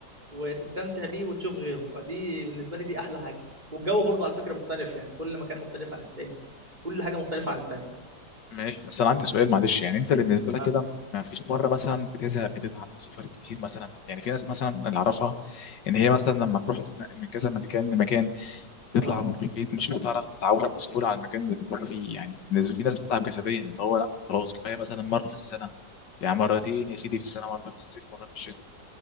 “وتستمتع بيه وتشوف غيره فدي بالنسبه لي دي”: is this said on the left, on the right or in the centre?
Right